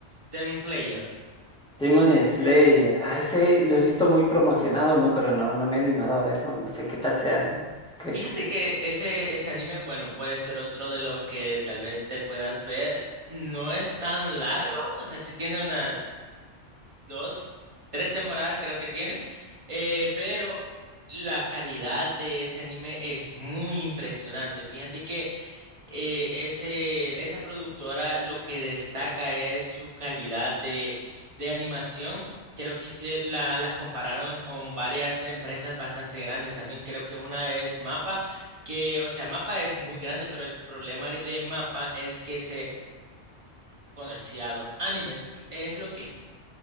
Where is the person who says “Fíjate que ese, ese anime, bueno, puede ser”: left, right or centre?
Right